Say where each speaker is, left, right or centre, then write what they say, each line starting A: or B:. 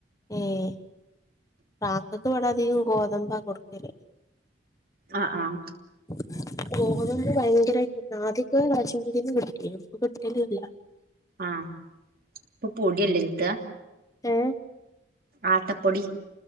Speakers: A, on the left; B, on the right.
A: ഏഹ് പ്രാക്കക്ക് ഇവിടെ അധികം ഗോതമ്പ കൊടുക്കല
B: ആഹ് ആഹ്
A: <inaudible> ഗോതമ്പ് ഭയങ്കരമായിട്ട് ആദ്യക്കെ റേഷൻ പിടെന്ന് മേടിക്കേനും ഇപ്പ കിട്ടലൂല്ല
B: ആഹ് ഇപ്പൊ പൊടിയല്ലേ കീട്ട്യാ
A: ഏഹ്
B: ആട്ടപ്പൊടി